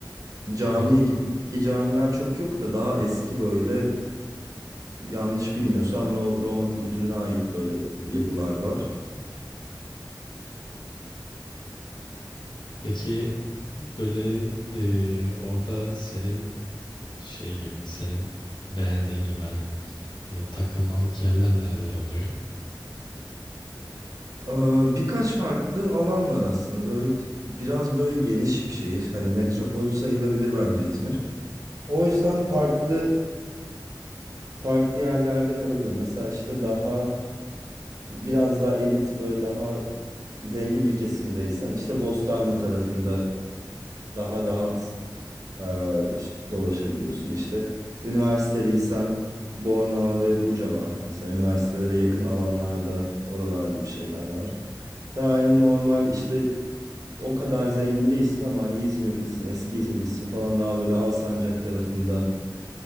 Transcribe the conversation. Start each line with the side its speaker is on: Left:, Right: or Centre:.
Right: cami
Left: or-
Right: gibi eski camiler çok yok da daha eski böyle yanlış bilmiyorsam Ro- Roma kültürüne ait böyle yapılar var.
Left: peki böyle e, orada senin şey gibi senin beğendiğin gibi hani böyle takılmalık yerler nereler oluyor?
Right: Ee, birkaç farklı alan var aslında. Böyle biraz böyle geniş bir şehir. Hani metropol sayılabilir bence İzmir. O yüzden farklı <clears throat> farklı yerlerde kalabiliyor. Mesela işte daha biraz daha elit böyle daha zengin bir kesimdeysen işte Bostanlı tarafında daha rahat e, dolaşabiliyorsun. İşte üniversite, lisan, Bornova ve Buca var. Mesela üniversitelere yakın alanlarda, oralarda bir şeyler var. Daha hani normal işte o kadar zengin değilsin ama hani İzmirlisin, eski İzmirlisin falan daha böyle Alsancak tarafında